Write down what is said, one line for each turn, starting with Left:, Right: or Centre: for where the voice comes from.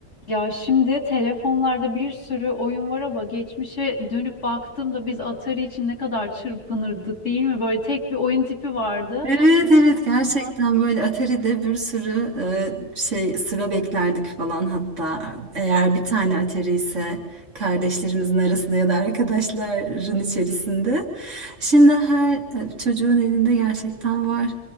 Left: Ya şimdi telefonlarda bir sürü oyun var ama geçmişe dönüp baktığımda biz Atari için ne kadar çırpınırdık değil mi? Böyle tek bir oyun tipi vardı.
Right: Evet
Left: Sonrasında
Right: evet gerçekten böyle Atari'de bir sürü e, şey sıra beklerdik falan hatta eğer bir tane Atari ise kardeşlerimizin arasında ya da arkadaşların içerisinde. Şimdi her e, çocuğun elinde gerçekten var.